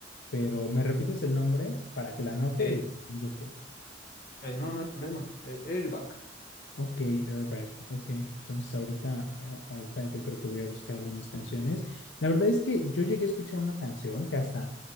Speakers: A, on the left; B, on the left.
A: Pero, ¿me repites el nombre para que la anote
B: Eh,
A: y busque?
B: eh, no, no hay problema. Eh, Airbag.
A: Ok, Airbag, ok. Entonces ahorita, a- ahorita yo creo que voy a buscar algunas canciones. La verdad es que yo llegué a escuchar una canción que hasta,